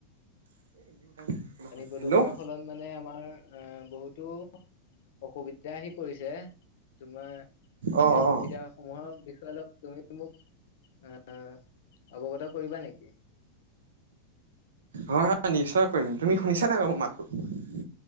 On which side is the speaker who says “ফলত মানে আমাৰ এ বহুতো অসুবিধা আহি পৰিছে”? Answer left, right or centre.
Left